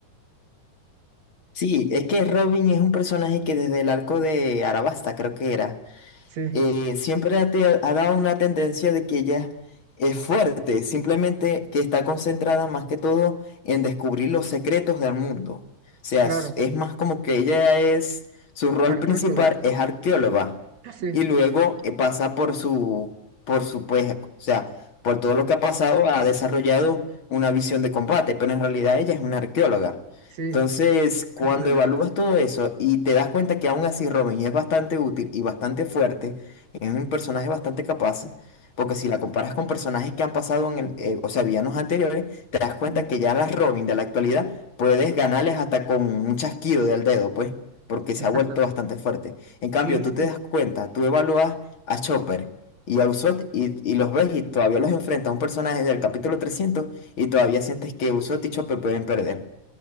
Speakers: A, on the left; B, on the right.
A: Sí, es que Robin es un personaje que desde el arco de Arabasta, creo que era.
B: Sí,
A: eh, siempre ha, te- ha dado una tendencia de que ella es fuerte, simplemente que está concentrada más que todo en descubrir los secretos del mundo. O sea,
B: claro,
A: es, es más como que ella es, su rol
B: arqueóloga,
A: principal
B: ¿no?
A: es arqueóloga
B: Sí,
A: y luego eh, pasa por su, por su, pues, o sea, por todo lo que ha pasado, ha desarrollado una visión de combate, pero en realidad ella es una arqueóloga.
B: sí,
A: Entonces, cuando
B: no pelear.
A: evalúas todo eso y te das cuenta que aún así Robin es bastante útil y bastante fuerte, es un personaje bastante capaz, porque si la comparas con personajes que han pasado en el, eh, o sea, villanos anteriores, te das cuenta
B: Sí,
A: que ya las Robin de la actualidad puedes ganarles hasta con un chasquido del dedo, pues, porque se
B: exacto.
A: ha vuelto bastante fuerte. En cambio,
B: Sí,
A: tú
B: sí,
A: te
B: sí,
A: das cuenta, tú evalúas a Chopper y a Usopp y, y los ves y todavía los enfrentas a un personaje del capítulo 300 y todavía sientes que Usopp y Chopper pueden perder.